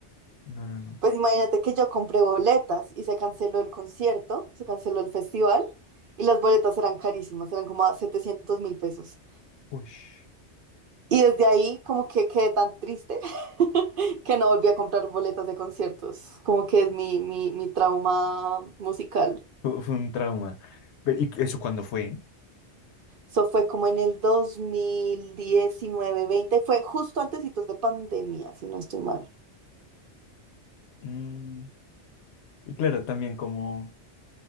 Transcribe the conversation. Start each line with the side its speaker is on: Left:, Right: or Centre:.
Left: no, no, no.
Right: Pues imagínate que yo compré boletas y se canceló el concierto, se canceló el festival y las boletas eran carísimas, eran como a setecientos mil pesos.
Left: Ush.
Right: Y desde ahí como que quedé tan triste <laughs> que no volví a comprar boletas de conciertos, como que es mi, mi, mi trauma musical.
Left: Fue, fue un trauma. Pero, ¿y eso cuándo fue?
Right: Eso fue como en el 2019-20, fue justo antecitos de pandemia, si no estoy mal.
Left: Mm, y claro, también como